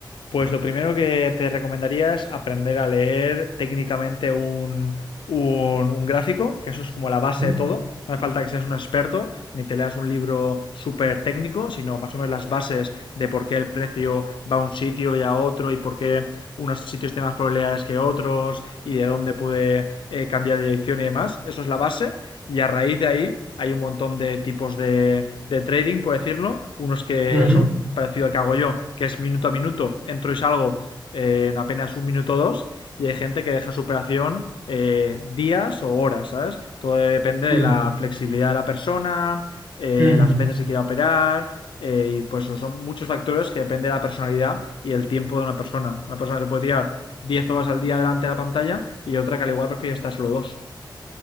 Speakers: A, on the left; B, on the right.
A: Pues lo primero que te recomendaría es aprender a leer técnicamente un, un- un gráfico, que eso es como la base
B: ¿no?
A: de todo. No hace falta que seas un experto ni te leas un libro súper técnico, sino más o menos las bases de por qué el precio va a un sitio y a otro y por qué unos sitios tienen más probabilidades que otros y de dónde puede eh, cambiar de dirección y demás. Eso es la base. Y a raíz de ahí hay un montón de tipos de, de trading, por decirlo. Unos que
B: Ujú,
A: son parecido al que hago yo, que es minuto a minuto, entro y salgo eh, en apenas un minuto o dos, y hay gente que deja su operación eh, días o horas, ¿sabes? Todo depende
B: sí.
A: de la
B: ¿no?
A: flexibilidad de la persona, eh,
B: Mm,
A: las veces que quiera operar, eh, y pues son muchos factores que depende de la personalidad y el tiempo de una persona. Una persona se puede tirar 10 horas al día delante de la pantalla y otra que al igual prefiere estar solo dos.